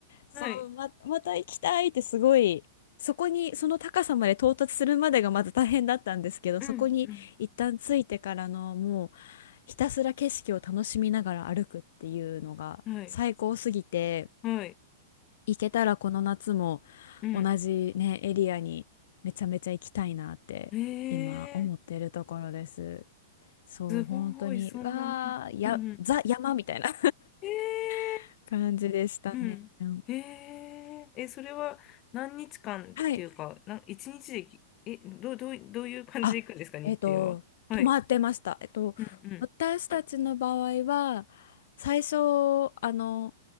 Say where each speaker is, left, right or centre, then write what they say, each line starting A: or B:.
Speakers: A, on the left; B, on the left.
A: そうま、
B: なにはい。
A: また行きたいってすごいそこにその高さまで到達するまでがまた大変だったんですけどそこに一旦着いてからのもう
B: うん、
A: ひたすら景色を楽しみながら歩くっていうのが最高すぎて。
B: うん。はい。はい。
A: 行けたらこの夏も
B: うん。
A: 同じね、エリアにめちゃめちゃ行きたいなって今思ってるところです。
B: えー、
A: そう、
B: すごい、
A: 本当に、
B: そんなの。
A: わー、や、
B: うんうん。
A: ザ山みたいな
B: え
A: <laughs> 感じでしたね。
B: ー、うん。
A: うん
B: えー、え、それは何日間っていうか、
A: はい。
B: な、一日でき、え、どう、どう、どういう感じで行くんですか、
A: あ、
B: 日程は。
A: えっと、
B: はい。
A: 泊まってました。えっと、
B: うんう
A: 私たちの場合は、最初、あの、